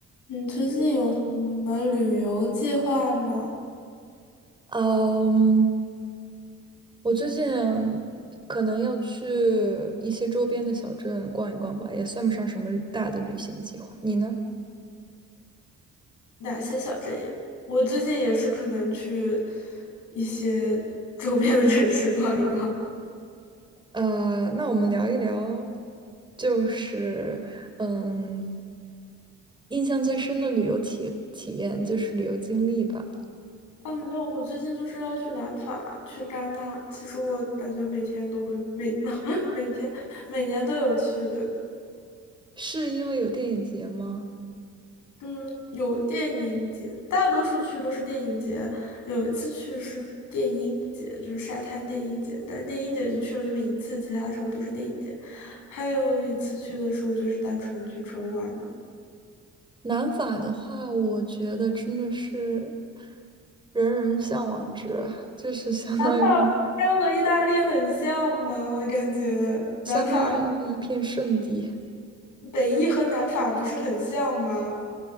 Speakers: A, on the left; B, on the right.
A: 你最近有什么旅游计划吗？
B: 嗯，我最近可能要去一些周边的小镇逛一逛吧，也算不上什么大的旅行计划。你呢？
A: 哪些小镇呀？我最近也是可能去一些 <laughs> 周边的城市逛一逛。
B: 呃，那我们聊一聊，就是嗯，印象最深的旅游体体验就是旅游经历吧。
A: 啊，没有，我最近就是要去南法，去戛纳。其实我感觉每天都会每 <laughs> 每天每年都有去。
B: 是因为有电影节吗？
A: 嗯，有电影节，大多数去都是电影节。有一次去是电音节，就是沙滩电音节，但是电音节就去了那么一次，其他时候都是电影节。还有一次去的时候就是单纯去纯玩了。
B: 南法的话，我觉得真的是人人向往之，就是相当于
A: <laughs> 这样和意大利很像吗？我感觉南法、
B: 相当于一片圣地。
A: 北意和南法不是很像吗？